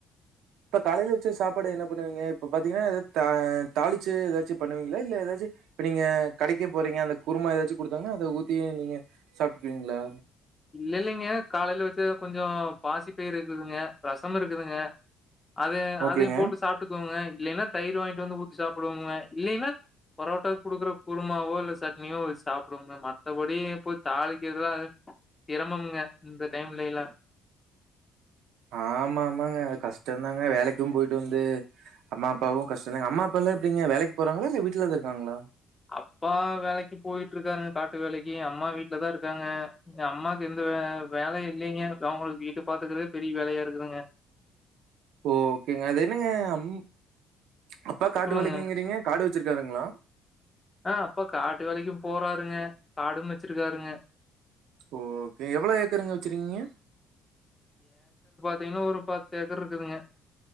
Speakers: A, on the right (about 70°); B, on the left (about 25°).
A: இப்ப காலையில வச்சு சாப்பாடு என்ன பண்ணுவீங்க இப்ப பாத்தீங்கன்னா ஏதாவது தாளிச்சு ஏதாச்சும் பண்ணுவீங்களா இல்ல ஏதாச்சும் இப்ப நீங்க கடைக்க போறீங்க அந்த குருமா ஏதாச்சும் குடுத்தாங்கன்னா அதை ஊத்தி நீங்க சாப்பிட்டுக்குவீங்களா
B: இல்ல இல்லைங்க காலையில வச்சு கொஞ்சம் பாசி பயிர் இருக்குதுங்க ரசம் இருக்குதுங்க அது
A: ஓகேங்க.
B: அது போட்டு சாப்பிட்டுக்குங்க இல்லலைன்னா தயிர் வாங்கிட்டு வந்து ஊற்றி சாப்பிடுவோங்க இல்லைன்னா பரோட்டாக்கு குடுக்குற குருமாவோ இல்ல சட்னியோச்ச சாப்பிடுவோங்க மத்தபடி போய் தாலிக்கு எதல்லாம் சிரமம்ங்க இந்த டைம்ல லா
A: ஆமா ஆமாங்க கஷ்டம்தாங்க வேலைக்கும் போயிட்டு வந்து அம்மா அப்பாவும் கஷ்ட்தா அம்மா இப்பல்லாம் எப்படிங்க வேலைக்கு போறங்களா இல்ல வீட்டுலத இருக்காங்களா
B: அப்பா வேலைக்கு போயிட்டு இருக்காருங்க காட்டு வேலைக்கு அம்மா வீட்லதான் இருக்காங்க அம்மாக்கு எந்த வே வேல இல்லைங்க அவங்களுக்கு வீட்டு பாத்துக்கறதே பெரிய வேலையா இருக்குங்க
A: ஓ ஓகேங்க அது என்னங்க அம் அப்பா காட்டு
B: சொல்லுங்க.
A: வேலைக்கிங்கிறீங்க காடுச் வச்சிருக்காருங்களா
B: ஆ அப்ப காட்டு வேலைக்கும் போறாருங்க காடும் வச்சிருக்காருங்க
A: ஓ ஓகே எவ்வளவு ஏக்கருங்க வச்சிருக்கீங்க
B: ன்ன ஒரு பத்து ஏக்கர் இருக்குதுங்க